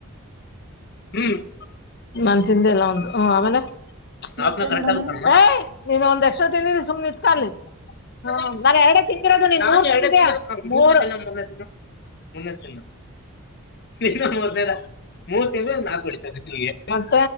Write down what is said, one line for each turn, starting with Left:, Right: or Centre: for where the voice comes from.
Left: ಹೂ ನಾನ್ ತಿಂದೆ ಎಲ್ಲ ಒಂದು ಹ ಆಮೇಲೆ? <unintelligible>
Right: ಮತ್ತೆ
Left: ಅಪ್ಪನ ಕರೇಟ್ಟ
Right: ಮೇಡಮ್
Left: ಆಗಿ
Right: ಅವ್ರೆ
Left: ಉಂತಾನ ಏ ನೀನ್ ಒಂದ್ ಎಕ್ಸ್ಟ್ರಾ ತಿಂದಿರಿ ಸುಮ್ನೆ ಇಲ್ಲ ತಾ ಇಲ್ಲಿ. <unintelligible> ಹ ನಾನ ಎರಡೆ ತಿಂತಿರೋದು ನಾನು ಎರಡೆ ತಿಂತಿರೋದು ನಂಗ್ ಗೊತ್ತ ಇಲ್ಲ ನೀನ್ ಮೂರ ತಿಂದೆ ಮೂರ <unintelligible> ಮುನ್ನ ತಿನ್ನು. <unintelligible> ತಿನ್ನ ನಾ ತೋಳಿತೀನಿ ನಿಮಗ ಏನ್ ಬೇಕ್ ಮತ್ತ